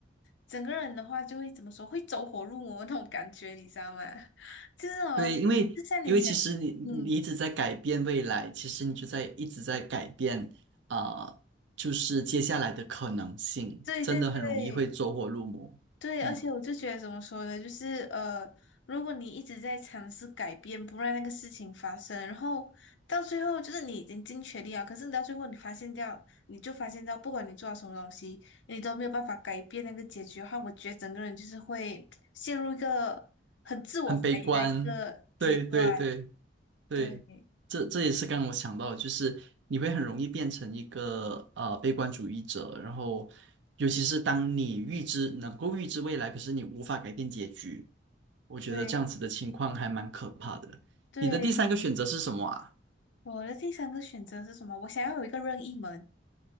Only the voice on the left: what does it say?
整个人的话就会怎么说，会走火入魔那种感觉，你知道吗？<laughs> 就是哦，
就像你想，嗯，
对对对，
对，
而且我就觉得怎么说呢，就是呃，如果你一直在尝试改变，不让那个事情发生，然后到最后就是你已经尽全力啊，可是你到最后你发现掉，你就发现到，不管你做了什么东西，你都没有办法改变那个结局的话，我觉得整个人就是会陷入一个很自我怀疑的一个阶段。
对
对对，
我的第三个选择是什么？我想要有一个任意门。